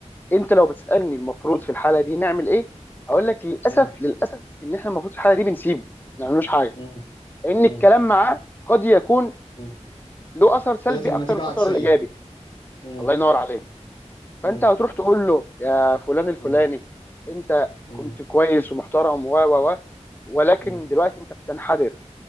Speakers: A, on the left; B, on the left.
A: انت لو بتسالني المفروض في الحاله دي نعمل ايه هقول لك للاسف
B: مم.
A: للاسف ان احنا المفروض في الحاله دي بنسيبه ما نعملوش حاجه
B: مم.
A: لان
B: مم.
A: الكلام معاه قد يكون
B: مم.
A: له اثر سلبي
B: يأتي
A: اكتر
B: بنتيجة
A: من اثره
B: عكسية
A: الايجابي
B: <laughs> مم.
A: الله ينور عليك فانت
B: مم.
A: هتروح تقول له يا فلان الفلاني
B: مم.
A: انت
B: مم.
A: كنت كويس ومحترم و و و ولكن
B: مم.
A: دلوقتي انت بتنحدر